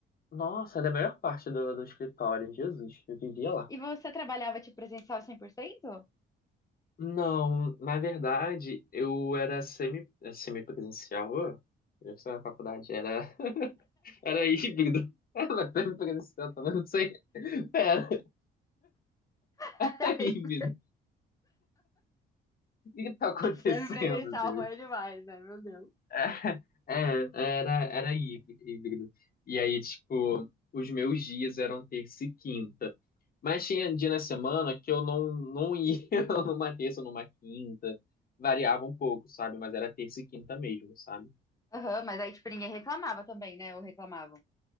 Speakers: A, on the left (about 50°); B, on the left (about 15°).
A: Nossa, era a melhor parte do, do escritório, Jesus, eu vivia lá.
B: E você trabalhava de presencial 100%?
A: Não, na verdade, eu era semi, é semi-presencial, ô, eu estava na faculdade, era. <laughs> Era híbrido. <laughs> É, mas tá me parecendo, também não sei. Pera,
B: <laughs>
A: é híbrido. O que que tá acontecendo,
B: Semipresencial
A: Deus?
B: foi demais, né? Meu Deus.
A: É, é, era, era hí- híbrido. E aí, tipo, os meus dias eram terça e quinta. Mas tinha dia na semana que eu não, não ia <laughs> numa terça, ou numa quinta. Variava um pouco, sabe? Mas era terça e quinta mesmo, sabe?
B: Aham, mas aí, tipo, ninguém reclamava também, né? Ou reclamavam.